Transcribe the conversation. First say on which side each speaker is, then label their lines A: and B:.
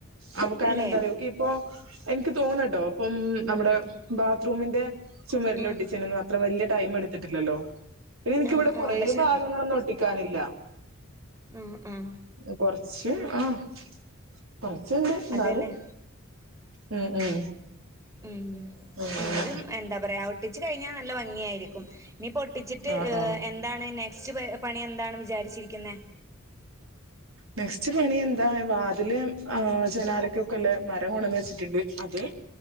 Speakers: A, on the right; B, on the right.
A: <unintelligible> കാര്ണ
B: ഇല്ലേ
A: എന്താറിയോ കി അപ്പൊ എനിക്ക് തോന്നട്ടോ അപ്പം നമ്മുടെ ബാത്റൂമിന്റെ ചുമരില
B: ഉം
A: ഒട്ടിച്ചേനന്ന് അത്ര വല്യ ടൈം എടുത്തിട്ടില്ലല്ലോ പിന്നെ എനിക്കിവിടെ
B: ആഹ്
A: കൊറേ
B: ആഹ് പക്ഷെ
A: ഭാഗങ്ങളൊന്നും ഒട്ടിക്കാനില്ല.
B: ഉം ഉം
A: കൊർച്ച് ആഹ് കൊറച്ച്ണ്ട് ഇന്നാലും
B: അതെല്ലേ
A: ഉം ഉം
B: ഉം
A: അങ്ങനെ
B: ഇന്നാലും എന്താ പറയാ ഒട്ടിച്ച് കഴിഞ്ഞാ നല്ല ഭംഗിയായിരിക്കും. ഇഞ്ഞിപ്പൊട്ടിച്ചിട്ട്
A: ആഹ്
B: ഹ്
A: ആഹ്
B: എന്താണ് നെക്സ്റ്റ് പ പണി എന്താണ് വിചാരിച്ചിരിക്കുന്നെ?
A: നെക്സ്റ്റ് പണി എന്താണ് വാതില് ആ ജനാലക്കൊക്കെള്ള മരം കൊണ്ടന്ന് വെച്ചിട്ടുണ്ട് അത്